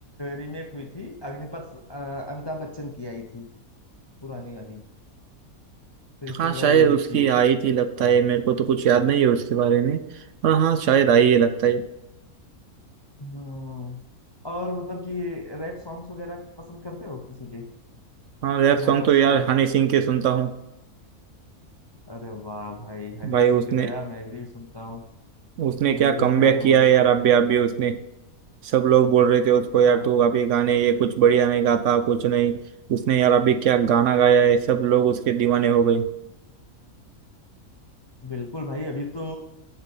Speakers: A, on the left; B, on the right.
A: रीमेक हुई थी अग्निपथ अ, अमिताभ बच्चन की आई थी पुरानी वाली फिर इसको
B: हाँ
A: तो
B: शायद
A: भाई रीमेक
B: उसकी
A: किए
B: आई
A: थे
B: थी लगता है मेरे को तो कुछ याद नहीं है उसके बारे में पर हाँ शायद आई है लगता है
A: हम्म और मतलब कि रैप सॉन्ग्स वगैरह पसंद करते हो किसी के
B: हाँ रैप
A: रैपर्स
B: सॉन्ग तो यार
A: को
B: हनी सिंह के सुनता हूँ
A: अरे वाह भाई हनी
B: भाई
A: सिंह
B: उसने
A: के तो यार मैं भी सुनता हूँ
B: उसने क्या
A: मैं भी
B: कमबैक
A: फैन हूँ
B: किया
A: हनी
B: है
A: सिंह
B: यार अभी
A: का
B: अभी उसने सब लोग बोल रहे थे उसको यार
A: हाँ
B: तू अभी गाने ये कुछ बढ़िया नहीं गाता कुछ नहीं उसने यार अभी क्या गाना गाया है सब लोग उसके दीवाने हो गए
A: बिल्कुल भाई अभी तो